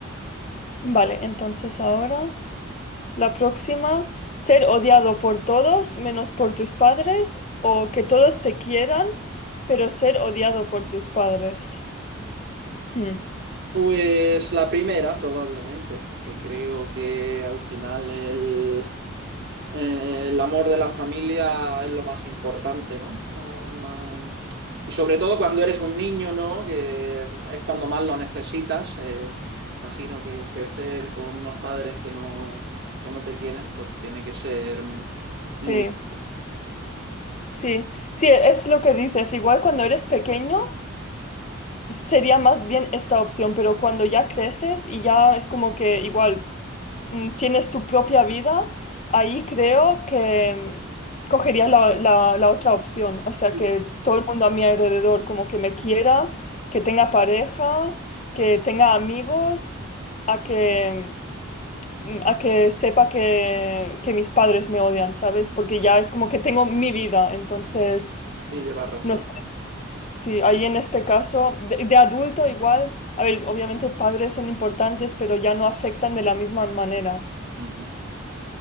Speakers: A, on the left; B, on the right.
A: Vale, entonces ahora. La próxima, ser odiado por todos menos por tus padres o que todos te quieran, pero ser odiado por tus padres. Hmm,
B: Pues la primera, probablemente, porque creo que al final el eh, el amor de la familia es lo más importante, ¿no? O más- Y sobre todo cuando eres un niño, ¿no? Que es cuando más lo necesitas. eh, imagino que crecer con unos padres que no, que no te quieren, pues tiene que ser muy
A: Sí,
B: duro.
A: sí, sí, es lo que dices. Igual cuando eres pequeño sería más bien esta opción, pero cuando ya creces y ya es como que igual mm, tienes tu propia vida, ahí creo que mm, cogería la, la- la otra opción. O sea,
B: Sí,
A: que todo el mundo a mi alrededor como que me quiera, que tenga pareja, que tenga amigos, a que, mm, a que sepa que, que mis padres me odian, ¿sabes? Porque ya es como que tengo mi vida, entonces,
B: sí, llevas razón.
A: no sé. Sí, ahí en este caso, de, de adulto igual, a ver, obviamente padres son importantes, pero ya no afectan de la misma manera.
B: Ujú.